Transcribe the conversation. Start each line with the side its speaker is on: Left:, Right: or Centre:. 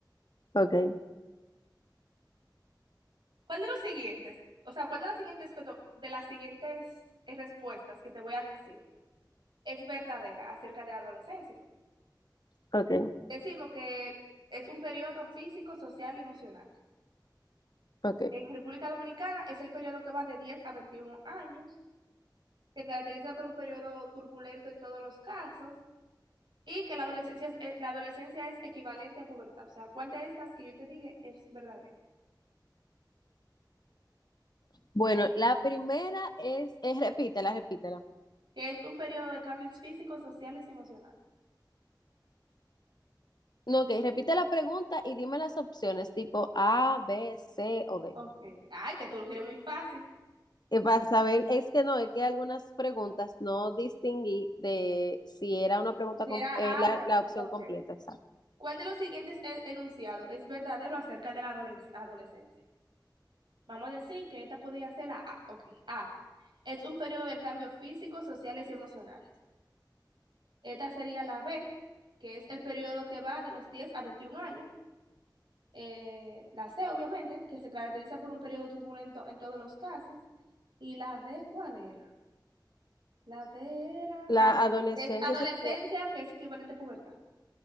Left: ok,
Right: ¿Cuál de los siguientes, o sea, cuál de las siguientes, que to- de las siguientes eh, respuestas que te voy a decir es verdadera acerca de la adolescencia?
Left: ok,
Right: Decimos que es un periodo físico, social y emocional.
Left: ok.
Right: En República Dominicana es el periodo que va de 10 a 21 años, que caracteriza por un periodo turbulento en todos los casos, y que la adolescencia, es- eh, la adolescencia es equivalente a pubertad. O sea, ¿cuál de estas que yo te dije es verdadera?
Left: Bueno, la primera es, es repítela, repítela.
Right: Que es un periodo de cambios físicos, sociales y emocionales.
Left: No, ok, repite la pregunta y dime las opciones tipo A, B, C o D.
Right: Ok. Ay, que tú lo quieres muy fácil.
Left: Eh, Para saber, es que no, es que algunas preguntas no distinguí de si era una pregunta,
Right: Si
Left: com-
Right: era
Left: eh, la,
Right: A, B,
Left: la opción
Right: ok.
Left: completa, exacto.
Right: ¿Cuál de los siguientes e- enunciados es verdadero acerca de la adoles- adolescencia? Vamos a decir que esta podría ser la A. Ok. A. Es un periodo de cambios físicos, sociales y emocionales. Esta sería la B, que es el periodo que va de los 10 a 21 años. Eh, la C, obviamente, que se caracteriza por un periodo turbulento en todos los casos. Y la D, ¿cuál era? La D era...
Left: La
Right: Ah,
Left: adolescencia
Right: es adolescencia,
Left: sexual,
Right: que es equivalente a pubertad.